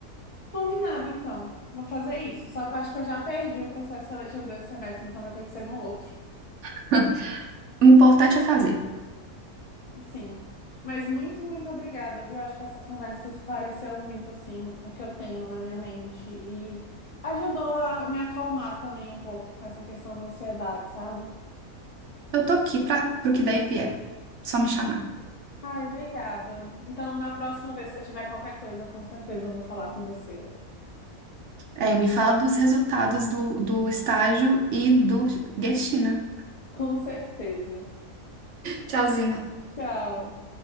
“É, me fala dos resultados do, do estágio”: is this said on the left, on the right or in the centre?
Right